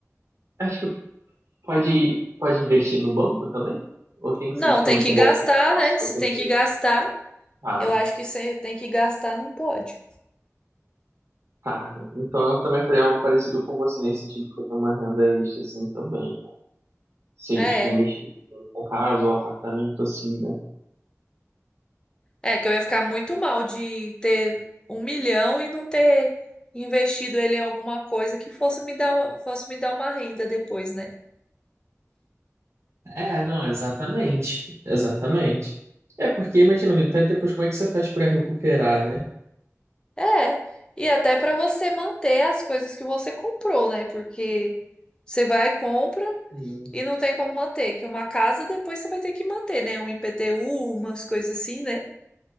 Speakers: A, on the right; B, on the left.
A: acho que pode, pode investir no banco também? Ou tem que
B: Não,
A: ser, tipo,
B: tem
A: igual
B: que gastar,
A: pro negócio
B: né?
A: que
B: Se
A: você
B: tem
A: fez?
B: que gastar,
A: Ah,
B: eu acho que se tem que gastar, não pode.
A: tá. Então eu também faria algo parecido com você nesse sentido, porque eu tenho uma renda extra, assim, também, né? Seja,
B: É,
A: tipo, investir com casa ou apartamento, assim, né?
B: É, que eu ia ficar muito mal de ter um milhão e não ter investido ele em alguma coisa que fosse me dar, fosse me dar uma renda depois, né?
A: É, não, exatamente. Exatamente. É porque imagina, até depois como é que você faz pra recuperar, né?
B: É, e até para você manter as coisas que você comprou, né? Porque você vai, compra
A: Hum,
B: e não tem como manter, que uma casa depois você vai ter que manter, né? Um IPTU, umas coisas assim, né?